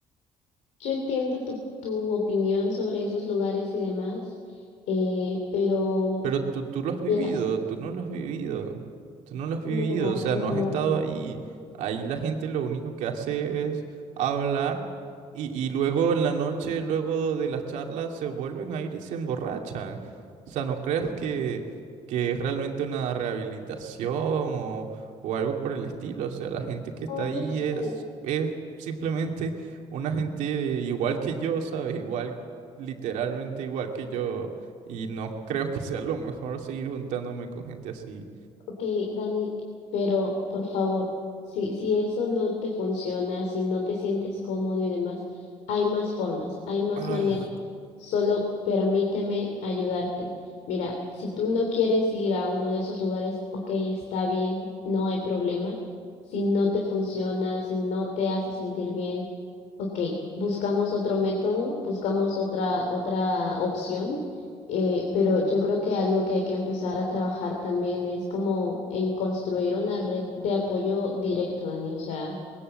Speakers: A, on the left; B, on the right.
A: Yo entiendo tu, tu opinión sobre esos lugares y demás, eh, pero
B: Pero tú, tú lo has vivido,
A: mira,
B: tú no lo has vivido, tú no lo has vivido,
A: no,
B: o sea,
A: no,
B: no has estado
A: Dani.
B: ahí. Ahí la gente lo único que hace es hablar y, y luego en la noche, luego de las charlas, se vuelven a ir y se emborrachan. O sea, no creas que, que es realmente una rehabilitación o, o algo por el estilo. O sea, la gente que está
A: No,
B: ahí
A: yo sé,
B: es, es simplemente una gente igual que yo, ¿sabes? Igual, literalmente igual que yo. Y no creo que sea lo mejor seguir juntándome con gente así.
A: Ok, Dani, pero por favor, si, si eso no te funciona, si no te sientes cómodo y demás, hay más formas, hay más
B: Ah,
A: maneras. Solo permíteme ayudarte. Mira, si tú no quieres ir a uno de esos lugares, ok, está bien, no hay problema. Si no te funciona, si no te hace sentir bien, ok, buscamos otro método, buscamos otra, otra opción eh, pero yo creo que algo que hay que empezar a trabajar también es como en construir una red de apoyo directo, Dani. O sea,